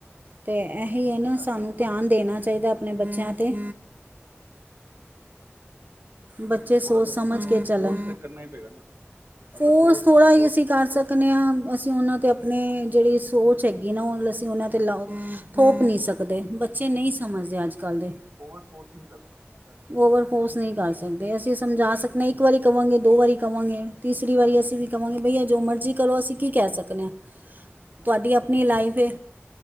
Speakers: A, on the right; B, on the right.
A: ਤੇ ਇਹੀ ਹੈ ਨਾ
B: ਅਸੀਂ
A: ਸਾਨੂੰ
B: ਸਿਖਾਵਾਂਗੇ
A: ਧਿਆਨ ਦੇਣਾ ਚਾਹੀਦਾ ਆਪਣੇ ਬੱਚਿਆਂ ਤੇ ਬੱਚੇ ਸੋਚ
B: ਥੋੜਾ ਜਿਹਾ
A: ਸਮਝ
B: ਤੇ ਸਾਨੂੰ
A: ਕੇ ਚਲਣ।
B: ਫੋਰਸ ਤੇ ਕਰਨਾ ਹੀ ਪਏਗਾ ਨਾ ਅਗਰ
A: ਫੋਰਸ
B: ਸੋਰਸ
A: ਥੋੜ੍ਹਾ
B: ਫੋਰਸ
A: ਅਸੀਂ ਕਰ
B: ਨਹੀਂ
A: ਸਕਦੇ
B: ਕਰਾਂ
A: ਹਾਂ, ਅਸੀਂ ਉਹਨਾਂ ਤੇ ਆਪਣੇ ਜਿਹੜੀ ਸੋਚ ਹੈਗੀ ਨਾ, ਉਹ ਅਸੀਂ ਉਹਨਾਂ ਤੇ ਲਾ ਥੋਪ ਨਹੀਂ ਸਕਦੇ, ਬੱਚੇ ਨਹੀਂ ਸਮਝਦੇ ਅੱਜ ਕੱਲ੍ਹ ਦੇ।
B: ਓਵਰ ਫੋਰਸ ਨਹੀਂ ਕਰ ਸਕਦੇ।
A: ਓਵਰ ਫੋਰਸ ਨਹੀਂ ਕਰ ਸਕਦੇ ਅਸੀਂ ਸਮਝਾ ਸਕਦੇ ਆ, ਇੱਕ ਵਾਰੀ ਕਹਾਂਗੇ ਦੋ ਵਾਰੀ ਕਹਾਂਗੇ ਤੀਸਰੀ ਵਾਰੀ ਅਸੀਂ ਵੀ ਕਿਉ ਬਈਆ ਜੋ ਮਰਜ਼ੀ ਕਰੋ ਅਸੀਂ ਕੀ ਕਹਿ ਸਕਦੇ ਹਾਂ, ਤੁਹਾਡੀ ਆਪਣੀ ਲਾਈਫ ਏ